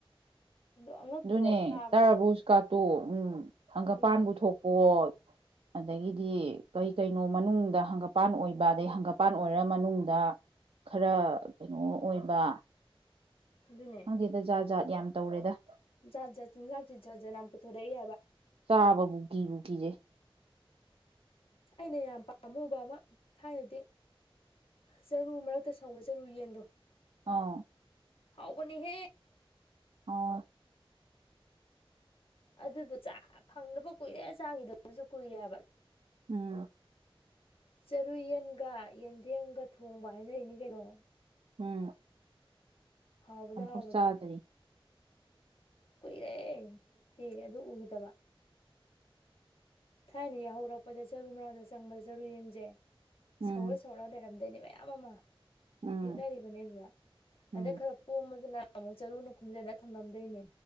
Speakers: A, on the left; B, on the right.
A: ꯑꯗꯣ ꯑꯉꯛꯇ꯭ꯔꯣ
B: ꯑꯗꯨꯅꯦ
A: ꯇꯥꯕꯗ
B: ꯇꯥꯕꯨꯁꯨ ꯀꯥꯠꯇꯣ ꯎꯝ ꯍꯪꯒꯄꯥꯟꯕꯨ
A: ꯎꯝ
B: ꯊꯣꯛꯄꯣ ꯑꯗꯒꯤꯗꯤ ꯀꯩ ꯀꯩꯅꯣ ꯃꯅꯨꯡꯗ ꯍꯪꯒꯄꯥꯟ ꯑꯣꯏꯕ ꯑꯗꯩ ꯍꯪꯒ ꯄꯥꯟ ꯑꯣꯏꯔ ꯃꯅꯨꯡꯗ ꯈꯔ ꯀꯩꯅꯣ ꯑꯣꯏꯕ
A: ꯑꯗꯨꯅꯦ
B: ꯍꯪꯒꯤꯦꯗꯖꯥꯖꯥꯠ ꯌꯥꯝ ꯇꯧꯔꯦꯗ
A: ꯖꯥꯠ ꯖꯠ ꯆꯤꯟꯖꯥꯠ ꯖꯥꯠꯖꯠ ꯌꯥꯝ ꯄꯨꯊꯣꯔꯛꯏꯦ ꯍꯥꯏꯕ
B: ꯆꯥꯕ ꯕꯨꯀꯤꯕꯨꯀꯤꯖꯦ
A: ꯑꯅꯦ ꯌꯥ ꯑꯃꯨꯕ ꯑꯃ ꯊꯥꯏꯅꯗꯤ ꯆꯔꯨ ꯃꯔꯛꯇ ꯁꯧꯕ ꯆꯔꯨ ꯌꯦꯟꯗꯣ
B: ꯑꯥ
A: ꯍꯥꯎꯕꯅꯤꯍꯦ
B: ꯑ
A: ꯑꯗꯨꯗꯣ ꯆꯥ ꯐꯪꯅꯕ ꯀꯨꯏꯔꯦ ꯆꯥꯈꯤꯗꯅꯁꯨ ꯀꯨꯏꯔꯦꯕ
B: ꯎꯝ
A: ꯆꯔꯨꯌꯦꯟꯒ ꯌꯦꯟꯊꯦꯝꯒ ꯊꯣꯡꯕ ꯍꯥꯏꯅꯔꯤꯅꯤ ꯀꯩꯅꯣ
B: ꯎꯝ
A: ꯍꯥꯎꯕꯗ
B: ꯄꯥꯡꯊꯣꯛ
A: ꯍꯥꯎꯕꯗ
B: ꯆꯥꯗ꯭ꯔꯤ
A: ꯀꯨꯏꯔꯦ ꯎꯦ ꯑꯗꯨ ꯎꯈꯤꯗꯕ ꯊꯥꯏꯅ ꯌꯥꯍꯧꯔꯛꯄꯗ ꯆꯔꯨ ꯃꯅꯥꯗ ꯆꯪꯕꯗ ꯆꯔꯨ ꯌꯦꯟꯁꯦ
B: ꯎꯝ
A: ꯁꯧꯔ ꯁꯧꯔ ꯂꯩꯔꯝꯗꯣꯏꯅꯦꯕ ꯃꯌꯥꯝ ꯑꯃ
B: ꯎꯝ
A: ꯍꯦꯛꯅꯔꯤꯕꯅꯦ ꯑꯗꯨꯗ
B: ꯎꯝ
A: ꯑꯗ ꯈꯔ ꯄꯣꯝꯝꯕꯗꯨꯅ ꯑꯃꯨꯛ ꯆꯔꯨꯅ ꯈꯨꯝꯖꯟꯅ ꯊꯝꯃꯝꯗꯣꯏꯅꯦ